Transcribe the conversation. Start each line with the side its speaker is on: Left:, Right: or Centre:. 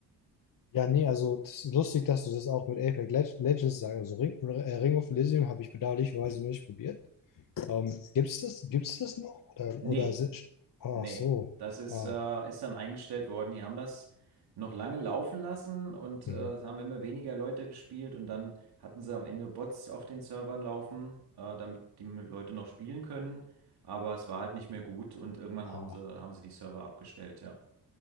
Left: Ja, nee, also das ist lustig, dass du das auch mit Apex Leg- Legends sagst. Also Ring, äh, Ring of Elysium habe ich bedauerlicherweise nicht probiert. Ähm, gibt's das, gibt's das noch? Oder,
Right: Nee,
Left: oder si- ach
Right: nee.
Left: so.
Right: Das ist,
Left: Ah.
Right: äh, ist dann eingestellt worden. Die haben das noch lange laufen lassen und
Left: Mhm.
Right: äh, es haben immer weniger Leute gespielt und dann hatten sie am Ende Bots auf den Servern laufen, äh, damit die Leute noch spielen können. Aber es war halt nicht mehr gut und irgendwann
Left: Ah.
Right: haben sie, haben sie die Server abgestellt, ja.